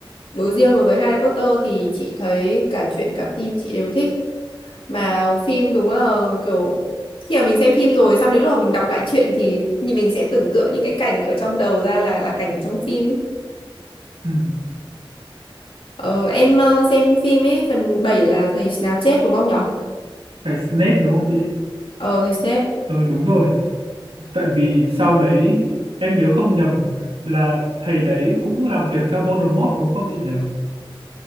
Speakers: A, on the left (about 80°); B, on the right (about 80°).
A: đối riêng đối với Harry Potter thì chị thấy cả truyện cả phim chị đều thích mà phim đúng là kiểu khi mà mình xem phim rồi xong đến lúc mà mình đọc lại truyện thì như mình sẽ tưởng tượng những cái cảnh ở trong đầu ra là là cảnh ở trong phim ấy
B: ừ.
A: ờ, em ờ, xem phim ấy phần 7 là thầy Snape chết đúng không nhở
B: cái Snape đúng không chị
A: ờ thầy Snape
B: ờ đúng rồi tại vì sau đấy em nhớ không nhầm là thầy đấy cũng làm việc cho Voldemort đúng không chị nhỉ